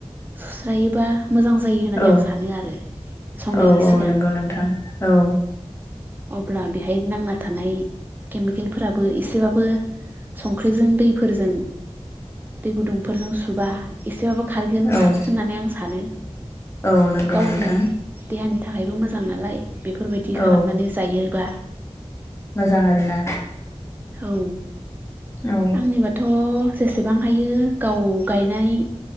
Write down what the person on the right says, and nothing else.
सुस्रायोबा मोजां जायो होननानै
आं सानो आरो संनायनि
सिगां
अब्ला बेहाय नांना थानाय केमिकेलफोराबो एसेबाबो संख्रिजों दैफोरजों दै गुदुंफोरजों सुबा एसेबाबो खारगोन ना
होननानै आं सानो
गावनि
देहानि थाखायबो मोजां नालाय बेफोरबायदि खालामनानै
जायोबा
औ
आंनिबाथ' जेसेबां हायो गाव गायनाय